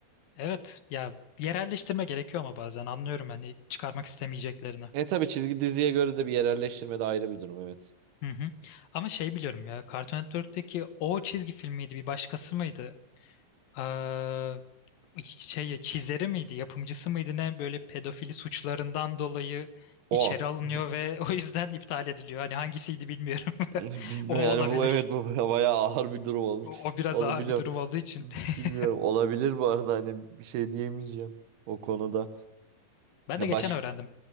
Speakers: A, on the left; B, on the right.
A: Evet, ya yerelleştirme gerekiyor ama bazen anlıyorum hani çıkarmak istemeyeceklerini.
B: E tabii çizgi diziye göre de bir yerelleştirme de ayrı bir durum evet.
A: Hı hı. Ama şey biliyorum ya Cartoon Network'teki o çizgi filmiydi bir başkası mıydı? Ee, şey çizeri miydi, yapımcısı mıydı ne böyle pedofili suçlarından dolayı
B: O.
A: içeri alınıyor
B: <laughs>
A: ve <laughs> o yüzden iptal ediliyor. Hani hangisiydi bilmiyorum.
B: Bilmiyorum
A: <laughs> O
B: yani
A: olabilir.
B: bu evet bu <laughs> bayağı ağır bir durum olmuş.
A: O, o biraz
B: Olabilir.
A: ağır bir durum olduğu için.
B: Bilmiyorum.
A: <laughs>
B: Olabilir bu arada hani bir şey diyemeyeceğim o konuda.
A: Ben
B: Ya
A: de geçen
B: baş
A: öğrendim.